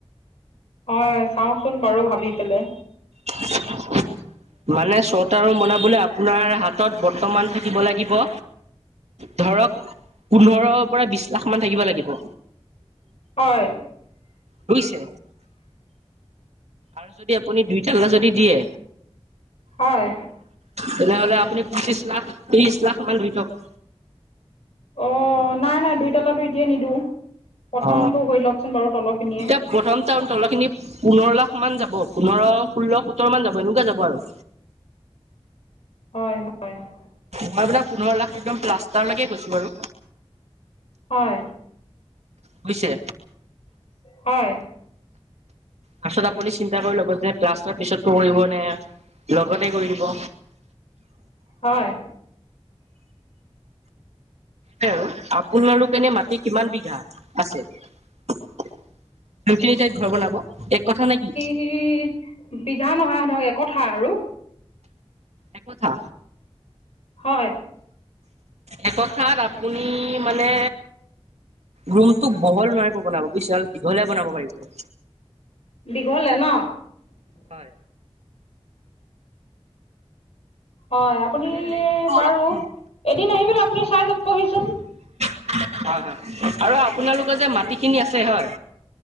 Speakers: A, on the left; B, on the right.
A: হয়, চাওঁচোন বাৰু ভাবি পেলে।
B: <inaudible> মানে ছটা ৰুম বনাবলে আপোনাৰ হাতত বৰ্তমান থাকিব লাগিব ধৰক পোন্ধৰৰ পৰা বিছ লাখ মান থাকিব লাগিব।
A: হয়।
B: বুইছে? আৰু যদি আপুনি দুই তাল্লা যদি দিয়ে
A: হয়।
B: তেনেহ'লে আপুনি পঁচিছ লাখ, ত্ৰিছ লাখ মান ধই থক।
A: অ নাই, নাই। দুই তাল্লাটো এতিয়াই নিদিওঁ। প্ৰথমটো
B: অ
A: হৈ লওকচোন বাৰু তলৰখিনিয়ে।
B: এতিয়া প্ৰথম টা তলৰখিনি পোন্ধৰ লাখ মান যাব পোন্ধৰ, ষোল্ল, সোত্তৰমান যাব। এনেকুৱা যাব আৰু।
A: হয়, হয়, হয়।
B: মই আপোনাক পোন্ধৰ লাখ একদম প্লাষ্টাৰলৈকে কৈছো বাৰু।
A: হয়।
B: বুইছে?
A: হয়।
B: ফাষ্টত আপুনি চিন্তা কৰি ল'ব যে প্লাষ্টাৰ পিছত কৰিব লাগিব নে লগতে কৰি দিব। <inaudible>
A: হয়।
B: টোৱে আৰু আপোনালোক এনে মাটি কিমান বিঘা আছে? যোনখিনি তাইত ঘৰ বনাব এক কঠা নে কি?
A: ই বিঘা নহয় আৰু ধৰক একঠা আৰু।
B: একঠা?
A: হয়।
B: একঠাত আপুনি মানে ৰুমটোক বহল নোৱাৰিব বনাব বুইছে। অলপ দীঘলহে বনাব পাৰিব।
A: দীঘলে ন?
B: হয়।
A: হয়, আপুনি
B: মানে লেনটো
A: বাৰু
B: অলপ কম হ'ব
A: এদিন আহি পেলাই আপুনি চাই যাবহিচোন।
B: হয়, হয়। আৰু আপোনালোকে যে মাটিখিনি আছে হয়।